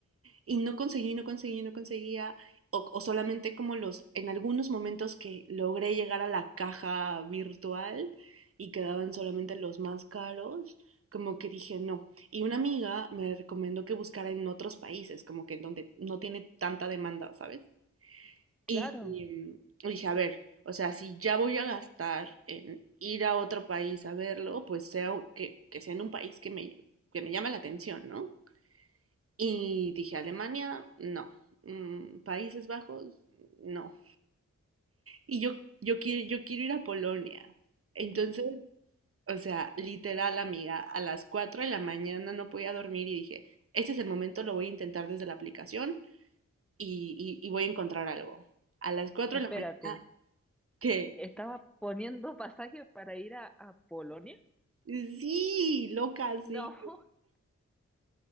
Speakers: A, on the right (about 50°); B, in the centre.
A: y no conseguí, no conseguí, no conseguía, o, o solamente como los, en algunos momentos que logré llegar a la caja virtual y quedaban solamente los más caros, como que dije no. Y una amiga me recomendó que buscara en otros países, como que en donde no tiene tanta demanda, ¿sabes?
B: claro.
A: Y, mm, y dije, a ver, o sea, si ya voy a gastar en ir a otro país a verlo, pues sea o que, que sea en un país que me, que me llame la atención, ¿no? Y dije, Alemania, no. Mm, Países Bajos, no. Y yo, yo quiero, yo quiero ir a Polonia. Entonces, o sea, literal, amiga, a las 4 de la mañana no podía dormir y dije, este es el momento, lo voy a intentar desde la aplicación y, y- y voy a encontrar algo. A las 4 de
B: Espérate,
A: la mañana, que
B: ¿estaba poniendo pasajes para ir a, a Polonia?
A: sí, loca,
B: No,
A: sí.
B: <laughs>